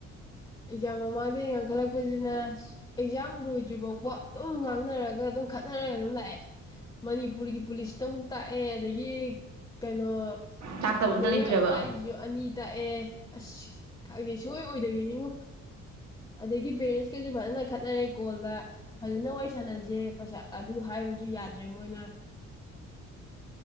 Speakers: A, on the left (about 15°); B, on the right (about 65°).
A: ꯑꯦꯛꯖꯥꯝ ꯃꯃꯥꯡꯗꯒꯤ ꯉꯥꯡꯈꯠꯂꯛꯄꯁꯤꯅ ꯑꯦꯛꯖꯥꯝ ꯂꯣꯏꯗ꯭ꯔꯤ ꯐꯥꯎꯕ ꯑꯗꯨꯝ ꯉꯥꯡꯅꯔꯒ ꯑꯗꯨꯝ ꯈꯠꯅꯔꯒ ꯑꯗꯨꯝ ꯂꯥꯛꯑꯦ ꯃꯅꯤꯄꯨꯔꯒꯤ ꯄꯨꯂꯤꯁꯇꯕꯨꯨꯛ ꯇꯥꯛꯑꯦ ꯑꯗꯒꯤ ꯀꯩꯅꯣ
B: ꯇꯥꯛꯇꯕ ꯑꯝꯇ
A: ꯂꯣꯏꯣꯌꯔ
B: ꯂꯩꯇ꯭ꯔꯦꯕ
A: ꯇꯥꯛꯏꯁꯤꯁꯨ ꯑꯅꯤ ꯇꯥꯛꯑꯦ ꯑꯁꯗꯤ ꯁꯨꯡꯣꯏ ꯑꯣꯏꯗꯕꯤꯅꯤꯉꯣ ꯑꯗꯒꯤ ꯄꯦꯔꯦꯟꯁꯀꯁꯨ ꯐꯖꯅ ꯈꯠꯅꯔꯦ ꯀꯣꯜꯗ ꯐꯖꯅ ꯋꯥꯔꯤ ꯁꯥꯟꯅꯁꯦ ꯄꯩꯁꯥ ꯑꯗꯨ ꯍꯥꯏꯔꯨꯔꯁꯨ ꯌꯥꯗ꯭ꯔꯦ ꯃꯣꯏꯅ